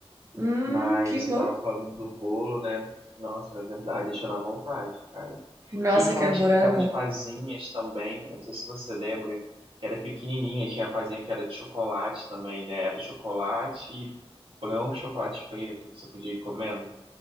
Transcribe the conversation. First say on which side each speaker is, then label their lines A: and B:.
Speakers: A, on the right; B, on the right.
A: Hum,
B: Mas
A: que bom.
B: você tava falando do bolo, né? Nossa, é verdade, deixou na vontade, cara.
A: Nossa,
B: Tinha aquelas,
A: aquele Borá
B: aquelas
A: era bom.
B: pazinhas também, eu não sei se você lembra, que era pequenininha, tinha a pazinha que era de chocolate também, né? Era chocolate branco, e chocolate preto, que você podia ir comendo.